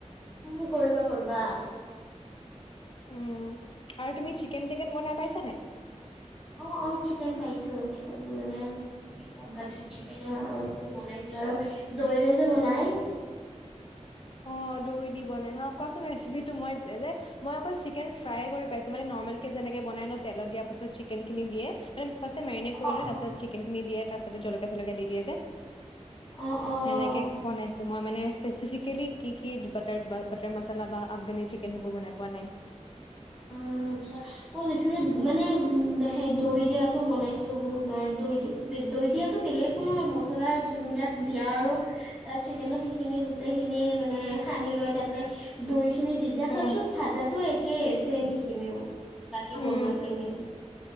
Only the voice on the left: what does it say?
উম আৰু তুমি চিকেন-টেকেন বনাই পাইছ নে?
অ, দৈ দি বনাই হা কোৱাচোন ৰেচেপিটো, মই যে মই অকল চিকেন ফ্ৰাই কৰি পাইছো, মানে নৰ্মেল কে যেনেকে বনাই ন তেলত দিয়া পাছত চিকেন খিনি দিয়ে মানে ফাৰ্ষ্ট এই মেৰিনেট কৰি
লয়,
তাৰপাছত চিকেনখিনি দিয়ে তাৰপছ জলকীয়া জলকীয়া দি দিয়ে যে।
সেনেকে বনাইছো মই মানে স্পেচিফিকেলি কি কি, বাটাৰ-বাটাৰ মচালা বা আফগানি চিকেন সেইবোৰ বনাই পোৱা নাই।
উম
উম